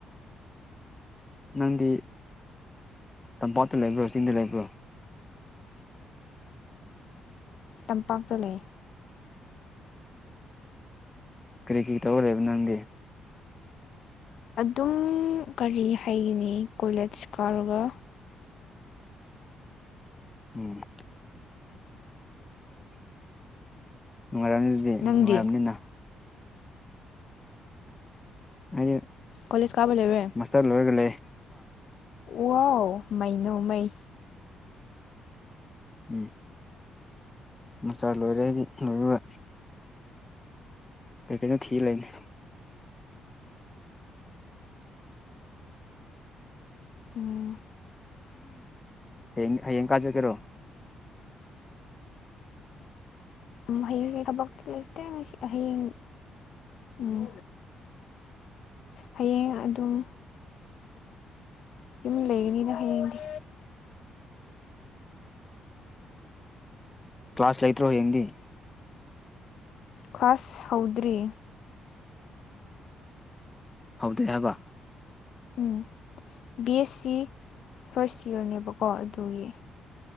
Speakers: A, on the left; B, on the left.
A: ꯅꯪꯗꯤ ꯇꯝꯄꯥꯛꯇ ꯂꯩꯕ꯭ꯔꯣ ꯆꯤꯡꯗ ꯂꯩꯕ꯭ꯔꯣ
B: ꯇꯝꯄꯥꯛꯇ ꯂꯩ
A: ꯀ꯭ꯔꯤꯀꯤ ꯇꯧꯔꯦꯕ ꯅꯪꯗꯤ
B: ꯑꯗꯨꯝ ꯀꯔꯤ ꯍꯥꯏꯒꯅꯤ ꯀꯣꯂꯦꯖ ꯀꯥꯔꯒ
A: ꯎꯝ ꯅꯨꯡꯉꯥꯏꯔꯝꯅꯤ ꯑꯗꯨꯗꯤ
B: ꯅꯪꯗꯤ
A: ꯅꯨꯡꯉꯥꯏꯔꯝꯅꯤꯅ ꯍꯥꯏꯗꯤ
B: ꯀꯣꯂꯦꯖ ꯀꯥꯕ ꯂꯣꯏꯔꯦ
A: ꯃꯁꯇꯔ ꯂꯣꯏꯔꯒꯦ ꯂꯩ
B: ꯋꯥ ꯃꯩꯅꯣ ꯃꯩ
A: ꯎꯝ ꯃꯆꯥ ꯂꯣꯏꯔꯦꯗꯤ ꯂꯣꯏꯕ ꯀꯩ ꯀꯩꯅꯩꯅ ꯊꯤ ꯂꯩꯅꯦ
B: ꯎꯝ
A: ꯍ ꯍꯡ ꯀꯥꯖ ꯀꯦꯔꯣ
B: ꯍꯌꯦꯡꯁꯤ ꯈꯕꯛ ꯂꯩꯇ ꯍꯌꯦꯡ ꯎꯝ ꯍꯌꯦꯡ ꯑꯗꯨꯝ ꯌꯨꯝ ꯂꯩꯒꯅꯤꯅ ꯍꯌꯦꯡꯗꯤ
A: ꯀ꯭ꯂꯥꯁ ꯂꯩꯇ꯭ꯔꯣ ꯍꯌꯦꯡꯗꯤ
B: ꯀ꯭ꯂꯥꯁ ꯍꯧꯗ꯭ꯔꯤ
A: ꯍꯧꯗ ꯍꯥꯏꯕ
B: ꯎꯝ ꯕꯤ ꯑꯦꯁ ꯁꯤ ꯐꯔꯁ ꯏꯌꯔꯅꯦꯕ ꯑꯗꯨꯒꯤ